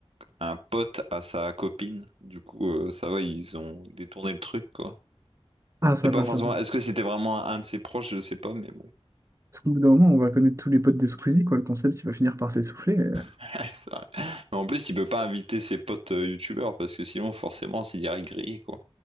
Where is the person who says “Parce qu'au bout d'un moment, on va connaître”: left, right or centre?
Right